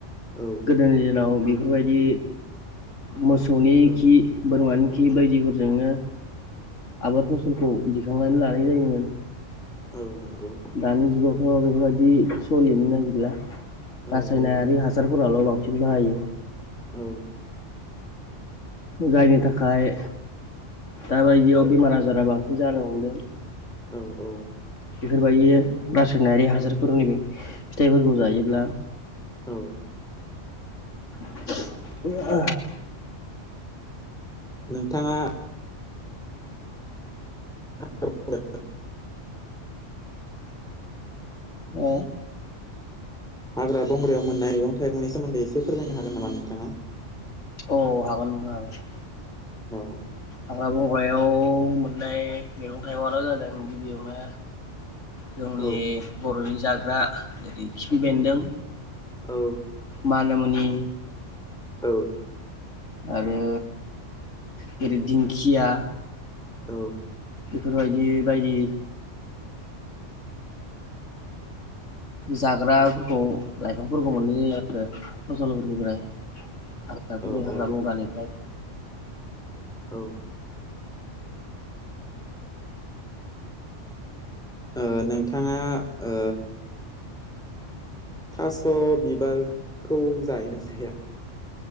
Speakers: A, in the centre; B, on the left (about 80°).
A: औ
B: गोदोनि दिनाव बेफोरबायदि मोसौनि
A: औ
B: खि बोरमानि खि बायदिफोरजोंनो आबाद फसलखौ दिखांनानै लानाय जायोमोन
A: आ नोंगौ
B: दानि जुगावथ' बेफोरबायदि सलिनो नागिरला
A: औ
B: रासायनारि
A: औ
B: हासारफोराल' बांसिन बिदिनो बाहायो।
A: औ
B: जायनि थाखाय दाबायदियाव बेमार आजारा बांसिन जानो हमदों।
A: औ औ
B: बेफोरबायदि रासायनारि हासारफोरनि फिथाइफोरखौ जायोब्ला
A: औ
B: <unintelligible>
A: नोंथाङा <unintelligible> <unintelligible>
B: औ
A: हाग्रा बंग्रायाव मोननाय गं फोरनि सोमोन्दै एसे फोरमायनो हागोन नामा नोंथाङा?
B: अ हागोन नोंथां हागोन।
A: औ
B: हाग्रा बंग्रायाव मोननाय मैगं थाइगंआनो जादों गिबियावनो जोंनि
A: औ
B: बर'नि जाग्रा जेरै खिफि बेन्दों।
A: औ
B: मानामुनि
A: औ
B: आरो जरै दिंखिया
A: औ
B: बेफोरबायदि बायदि जाग्राफोरखौ लाइफांफोरखौ मोननाय जायो आरो। फसलफोरनिफ्राय हाग्राफोरनि
A: औ औ
B: हाग्रा बंग्रानिफ्राय
A: <inaudible> औ। ओ नोंथाङा ओ थास' बिबारखौ जायो ना जाया?